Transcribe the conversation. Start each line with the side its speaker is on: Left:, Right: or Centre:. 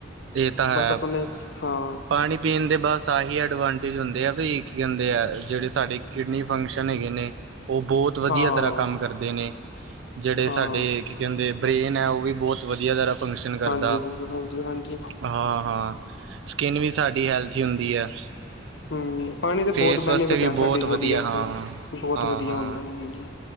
Right: ਇਹ ਤਾਂ ਹੈ
Left: ਬਸ ਆਪਨੇ ਹਾਂ
Right: ਪਾਣੀ ਪੀਣ ਦੇ ਬਸ ਆਹੀ ਐਡਵਾਂਟੇਜ ਹੁੰਦੇ ਆ ਵੀ ਕੀ ਕਹਿੰਦੇ ਆ ਜਿਹੜੇ ਸਾਡੇ ਕਿਡਨੀ ਫੰਕਸ਼ਨ ਹੈਗੇ ਨੇ ਉਹ ਬਹੁਤ ਵਧੀਆ
Left: ਹਾਂ
Right: ਤਰ੍ਹਾਂ ਕੰਮ ਕਰਦੇ ਨੇ ਜਿਹੜੇ
Left: ਹਾਂ
Right: ਸਾਡੇ ਕੀ ਕਿਹਦੇ ਬ੍ਰੇਨ ਹੈ ਉਹ ਵੀ ਬਹੁਤ ਵਧੀਆ ਤਰਾ ਫੰਕਸ਼ਨ ਕਰਦਾ
Left: ਹਾਂਜੀ ਹਾਂਜੀ ਹਾਂਜੀ ਹਾਂਜੀ
Right: ਹਾਂ ਹਾਂ ਸਕਿੰਨ ਵੀ ਸਾਡੀ ਹੈਲਥੀ ਹੁੰਦੀ ਹੈ
Left: ਹਮ ਪਾਣੀ ਦੇ
Right: ਫੇਸ
Left: ਬਹੁਤ
Right: ਵਾਸਤੇ
Left: ਬੈਨੀਫਿਟ
Right: ਵੀ
Left: ਹੈ
Right: ਬਹੁਤ
Left: ਸਾਡੀ ਬੋਡੀ
Right: ਵਧੀਆ
Left: ਵਾਸਤੇ
Right: ਹਾਂ ਹਾਂ
Left: ਬਹੁਤ
Right: ਹਾਂ
Left: ਵਧੀਆ
Right: ਹਾਂ
Left: ਹੁੰਦਾ ਹਾਂਜੀ